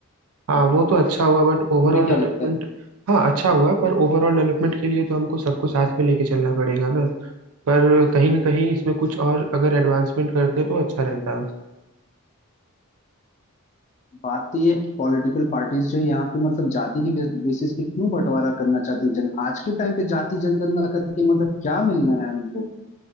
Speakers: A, on the right; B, on the left.
A: हाँ वो तो अच्छा हुआ बट ओवरऑल
B: तुम्हें क्या
A: डेवलपमेंट
B: लगता है
A: हाँ अच्छा हुआ पर ओवरऑल डेवलपमेंट के लिए तो हमको सबको साथ में लेके चलना पड़ेगा ना पर कहीं ना कहीं इसमें कुछ और अगर एडवांसमेंट करते तो अच्छा रहता
B: बात तो ये पॉलिटिकल पार्टीज जो है यहाँ पे मतलब जाति की बेसिस पे क्यों बंटवारा करना चाहती है जन आज के टाइम पे जाति जनगणना करके मतलब क्या मिलना है उनको